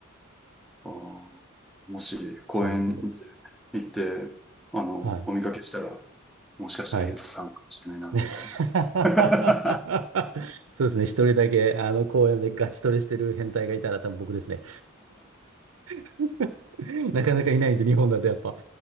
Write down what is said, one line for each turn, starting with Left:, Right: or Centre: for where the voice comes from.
Centre: ーもし公園に行って、
Right: そうなんです。
Centre: 行ってあの、
Right: はい。
Centre: お見かけしたら、もしかしたらゆうとさんかもしれないな、
Right: はい。<laughs>
Centre: みたいな。<laughs>
Right: そうですね。一人だけ、あの、公園でガチトレしてる変態がいたら多分僕ですね。<laughs> なかなかいないんで、日本だとやっぱ